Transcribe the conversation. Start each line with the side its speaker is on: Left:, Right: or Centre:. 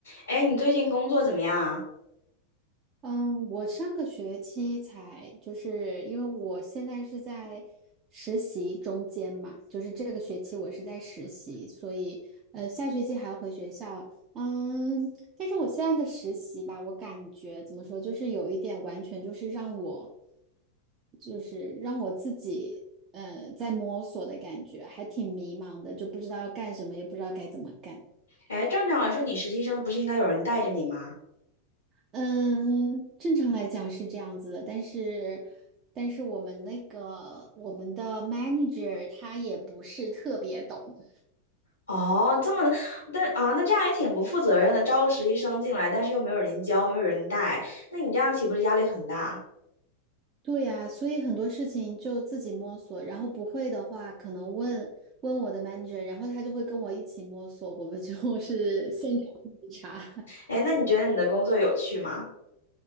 Left: 哎，你最近工作怎么样啊？
Right: 嗯，我上个学期才，就是因为我现在是在实习中间嘛，就是这个学期我是在实习，所以呃下学期还要回学校。嗯，但是我现在的实习吧，我感觉怎么说，就是有一点完全就是让我，就是让我自己呃在摸索的感觉，还挺迷茫的，就不知道要干什么，也不知道该怎么干。
Left: 哎，正常来说，你实习生不是应该有人带着你吗？
Right: 嗯，正常来讲是这样子的，但是，但是我们那个我们的 manager 他也不是特别懂，
Left: 哦，这么，但啊，那这样也挺不负责任的，招个实习生进来，但是又没有人教，没有人带，那你这样岂不是压力很大？
Right: 对呀，所以很多事情就自己摸索，然后不会的话可能问问我的 manager，然后他就会跟我一起摸索，我们就是 <laughs> 现场一起查。<laughs>
Left: 哎，那你觉得你的工作有趣吗？